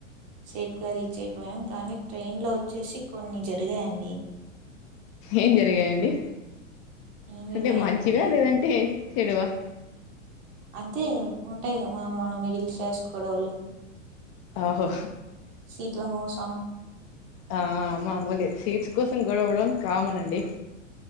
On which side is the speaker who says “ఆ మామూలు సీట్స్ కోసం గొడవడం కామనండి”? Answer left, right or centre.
Left